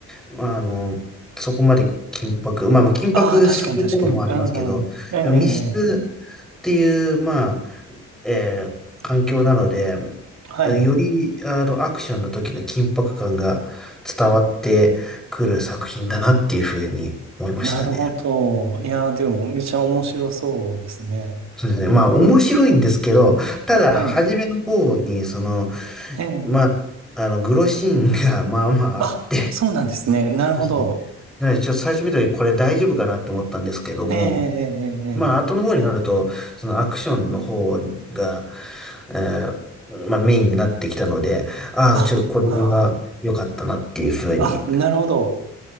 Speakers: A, in the centre; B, on the right (about 60°).
A: まああの、そこまで緊迫、まあまあ緊迫することもありますけど、
B: ああ、確かに確かに。うんうん。ええ、え
A: 密室っていう、まあ、えー環境なので、
B: えはい。
A: よりあのアクションの時の緊迫感が伝わってくる作品だなっていうふうに思いましたね。
B: なるほど。いやー、でも、めちゃ面白そうですね。
A: そうですね。まあ、面白いんですけど、ただ、
B: はい。
A: 初めの方に、その、
B: ええ。
A: まあ、あの、グロシーンが、<laughs> まあまああって、
B: あ、そうなんですね。なるほど。
A: そうですね。なので、ちょっと最初見た時、これ大丈夫かなって思ったんですけども、
B: ええ、ええ、ええ。ええ
A: まあ、後の方になると、そのアクションの方が、えーまあ、メインになってきたので、ああ、
B: あ、
A: ちょっとこれは良かったなっていうふうに
B: ああ、あ、なるほど。